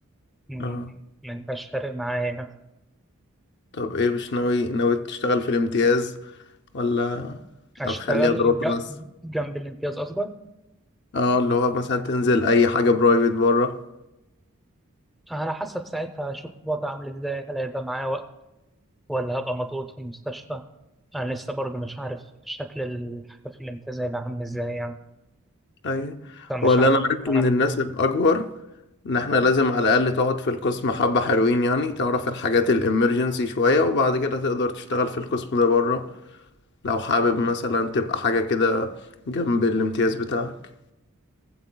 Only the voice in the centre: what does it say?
مم،
ما يبقاش فارق معايا يعني.
هشتغل
ج-
جنب الامتياز قصدك
على حسب ساعتها هشوف الوضع عامل ازاي هل هيبقى معايا وقت ولا هبقى مضغوط في المستشفى انا لسه برضه مش عارف شكل الحاجه في الامتياز هيبقى عامل ازاي يعني
فمش
عارف
انا